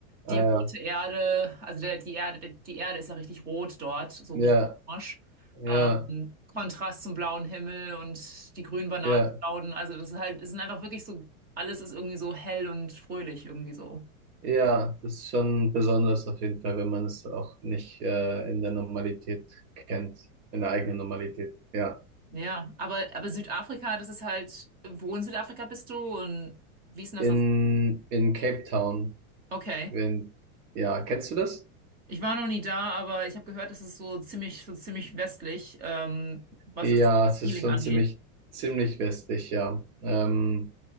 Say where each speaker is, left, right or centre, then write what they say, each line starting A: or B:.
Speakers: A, on the right (about 85°); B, on the right (about 20°).
A: ah,
B: die rote Erde, also der, die Erde, die Erde ist ja richtig rot dort, so
A: ja,
B: richtig orange.
A: ja,
B: Ähm, Kontrast zum blauen Himmel und die grünen Bananenstauden.
A: ja,
B: Also das ist halt, es sind einfach wirklich so, alles ist irgendwie so hell und fröhlich irgendwie so.
A: ja, ja. Das ist schon besonders auf jeden Fall, wenn man es auch nicht äh, in der Normalität kennt, in der eigenen Normalität. Ja.
B: Ja, aber, aber Südafrika, das ist halt, wo in Südafrika bist du und wie ist denn
A: in,
B: das? so?
A: in Cape Town.
B: Okay.
A: Wenn, ja, kennst du das?
B: Ich war noch nie da, aber ich habe gehört, das ist so ziemlich, so ziemlich westlich, ähm, was
A: Ja,
B: das
A: es
B: Feeling
A: ist schon
B: angeht.
A: ziemlich, ziemlich westlich, ja. Ähm,